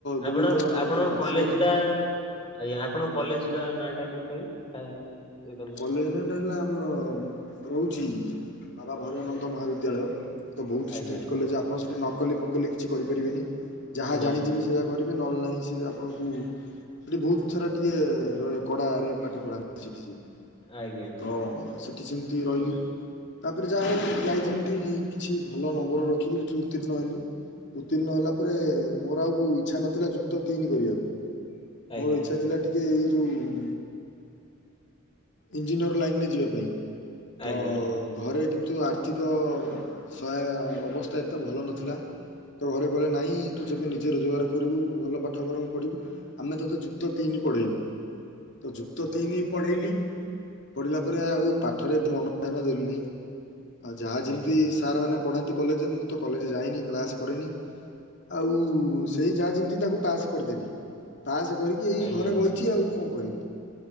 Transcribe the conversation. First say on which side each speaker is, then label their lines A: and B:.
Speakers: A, on the left; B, on the left.
A: ଦୁଇର
B: ଆପଣ
A: ଆମର
B: ଆପଣଙ୍କ
A: ଯୋଉ ବାର୍ଷିକ
B: କଲେଜ ଟା ଆଜ୍ଞା ଆପଣଙ୍କ କଲେଜ ନାଁ ଟା ଟିକେ କହିବେ। <unintelligible>
A: କଲେଜ ନାଁ ଟା ହେଲା ଆମର ରହୁଛି ବାବା ଭୟର ନନ୍ଦ ମହାବିଦ୍ୟାଳୟ। ତ ବହୁତ
B: ଆଜ୍ଞା
A: ଷ୍ଟ୍ରିକ୍ଟ କଲେଜ ଆପଣ ସେଠି ନକଲି ଫକଲି କିଛି କରିପାରିବେନି ଯାହା
B: ନାଇଁ
A: ଜାଣିଥିବେ ସେଇୟା। କରିବେ ନହେଲେ ନାହିଁ ସେ ଆପଣଙ୍କୁ ସେଠି ବହୁତ ସାରା ଟିକେ ରହେ କଡ଼ାରେ ପାଠ ପଢ଼ାନ୍ତି ସେଠି ସେ।
B: ଆଜ୍ଞା
A: ହଁ ସେଠି ସେମିତି ରହିଲି। ତାପରେ ଯାହା ହଉ ଯାଇ ଯେମିତି କିଛି ଭଲ ନମ୍ବର ରଖିକି ସେଠିକି ଉତ୍ତୀର୍ଣ୍ଣ ହେଲି। ଉତ୍ତୀର୍ଣ୍ଣ ହେଲା ପ ପରେ ମୋର ଆଉ ଇଛା ନଥିଲା ଯୁକ୍ତ ତିନି କରିବାକୁ
B: ଆଜ୍ଞା
A: ମୋର ଇଛା ଥିଲା ଟିକେ ଏଇ ଯେଉଁ ଇଞ୍ଜିନିୟର ଲାଇନରେ ଯିବା ପାଇଁ ତ
B: ଆଜ୍ଞା ଆଜ୍ଞା
A: ଘରେ କିନ୍ତୁ ଆର୍ଥି ଆର୍ଥିକ ସହାୟ ଅବସ୍ଥା ଏତେ ଭଲ ନଥିଲା। ତ ଘରେ କହିଲେ ନାଇଁ ତୁ ଯେବେ ନିଜେ ରୋଜଗାର କରିବୁ ଭଲ ପାଠ ବରଂ ପଢ଼ିବୁ। ଆମେ ତୋତେ ଯୁକ୍ତ ତିନି ପଢେଇବୁ, ତ ଯୁକ୍ତ ତିନି ପଢେଇଲି। ପଢିଲା ପରେ ଆଉ ପାଠରେ ଏତେ ମନଧ୍ୟାନ ଦେଲିନି। ଆଉ ଯାହା ଯେମିତି
B: ଆଜ୍ଞା
A: ସାର୍ ମାନେ ପଢ଼ାନ୍ତି କଲେଜ୍ ରେ, ମୁଁ ତ କଲେଯେ ଯାଇନି କ୍ଲାସ୍ କରେନି। ଆଉ ସେଇ ଯାହା ଯେମିତି ତାକୁ ପାସ୍ କରିଦେଲି। ପାସ୍ କରିକି ଏଇ
B: ଆଜ୍ଞା
A: ଘରେ ବଇଛି ଆଉ କଣ କରିବି।